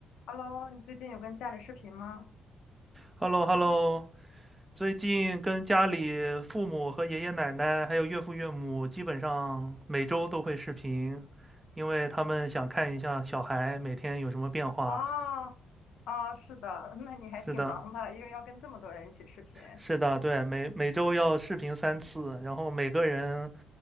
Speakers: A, on the left (about 80°); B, on the right (about 15°).
A: Hello，你最近有跟家里视频吗？
B: h e l l o h e l l o 最近跟家里父母和爷爷奶奶还有岳父岳母，基本上每周都会视频，因为他们想看一下小孩每天有什么变化。
A: 哦哦，是的，<laughs> 那你还挺忙的，
B: 是的，
A: 因为要跟这么多人一起视频。
B: 是的，对，每每周要视频三次，然后每个人